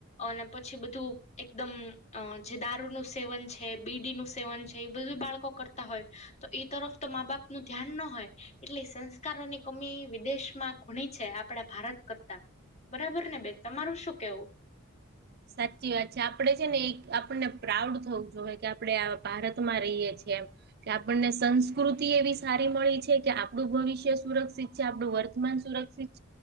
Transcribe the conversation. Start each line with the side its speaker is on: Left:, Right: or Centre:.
Left: અને પછી બધું એકદમ અ જે દારૂનું સેવન છે બીડીનું સેવન છે એ બધું બાળકો કર તા હોય તો એ તરફ તો મા બાપ નું ધ્યાન ન હોય એટલે સંસ્કારોની કમી વિદેશમાં ઘણી છે આપડા ભારત કરતા બરાબર ને બેન તમારું શું કેવું
Right: સાચી વાત છે આપણે છે ને એક આપણને પ્રાઉડ થવું જોઈએ કે આપણે આ ભારતમાં રહીએ છીએ એમ. કે આપણને સંસ્કૃતિ એવી સારી મળી છે કે આપણું ભવિષ્ય સુરક્ષિત છે આપણું વર્તમાન સુરક્ષિત